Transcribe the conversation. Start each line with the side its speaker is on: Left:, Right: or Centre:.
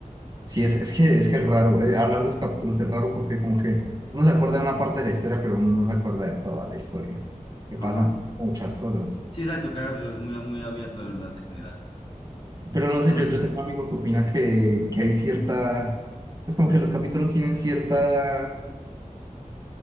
Right: Sí, es, es que es que es raro. eh, hablar de los capítulos es raro porque como que uno se acuerda de una parte de la historia, pero uno no se acuerda de toda la historia. Que
Left: Ajá.
Right: pasan muchas cosas.
Left: Sí, exacto, cada capítulo es muy, muy abierto, de verdad, en general.
Right: Pero no
Left: O sea,
Right: sé,
Left: no
Right: yo,
Left: sé
Right: yo
Left: si-
Right: tengo un amigo que opina que, que hay cierta... Es como que los capítulos tienen cierta...